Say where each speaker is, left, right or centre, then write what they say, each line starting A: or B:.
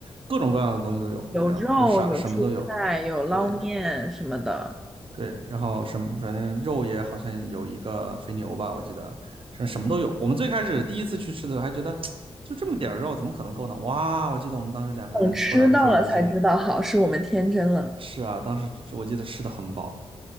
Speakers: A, on the right (about 55°); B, in the centre.
A: 各种各样的东西都有，
B: 有肉，
A: 反正就是啥什么都有。
B: 有蔬菜，有捞面什么的。
A: 对对，然后什么反正肉也好像有一个肥牛吧，我记得什什么都有。我们最开始第一次去吃的时候还觉得就这么点肉怎么可能够呢？哇，我记得我们当时两个人出来的时候已经
B: 等吃到了才知道，好，是我们天真了。
A: 是啊，当时我记得吃的很饱